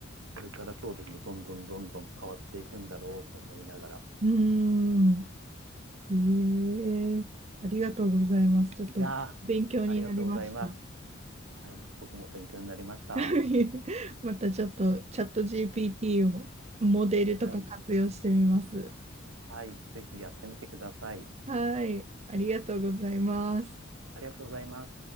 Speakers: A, on the right (about 75°); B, on the right (about 30°).
A: これからそうですね。どんどんどんどん変わっていくんだろうと思いながら。
B: うーん。ええありがとうございます。ちょっと勉強になりました。
A: いやー、ありがとうございます。はい、僕も勉強になりました。
B: <laughs> またちょっとチャット GPT をモデルとか活用してみます。
A: はい、はい、ぜひやってみてください。
B: はい、ありがとうございます。
A: ありがとうございます。